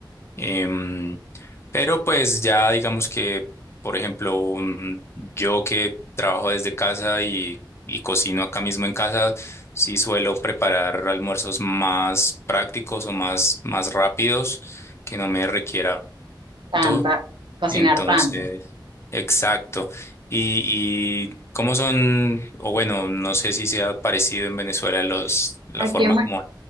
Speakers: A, on the left; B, on the right.
A: Em, pero pues ya digamos que, por ejemplo, mm, yo que trabajo desde casa y, y cocino acá mismo en casa, sí suelo preparar almuerzos más prácticos o más, más rápidos que no me requiera tanto.
B: tanta, cocinar
A: Entonces,
B: tanto.
A: exacto. Y, y cómo son, o bueno, no sé si sea parecido en Venezuela los, la
B: Aquí
A: forma
B: en, Ve-
A: como...